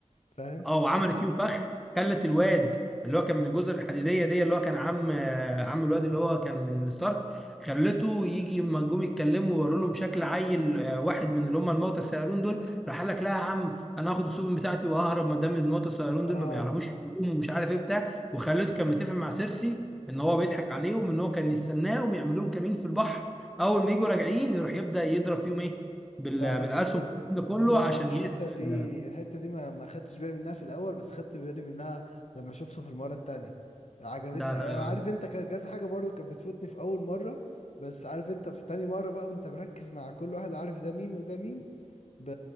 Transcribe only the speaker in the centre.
اه وعملت فيهم فخ خلت الواد اللي هو كان من الجزر الحديديه دي اللي هو كان عم آه، عم الواد اللي هو كان من الستارك خلته يجي لما جم يتكلموا ويوروا لهم شكل عيل آه، واحد من اللي هم الموتى السيارون دول راح قال لك لا يا عم انا هاخد السفن بتاعتي وههرب ما دام الموتى السيارون
دول ما بيعرفوش يعوموا ومش عارف ايه بتاع وخلته كان متفق مع سيرسي ان هو بيضحك عليهم ان هو كان يستناهم يعمل لهم كمين في البحر اول ما يجوا راجعين يروح يبدا يضرب فيهم ايه بال-
بالاسهم
ده كله
عشان
يقتل
ال-
ده لا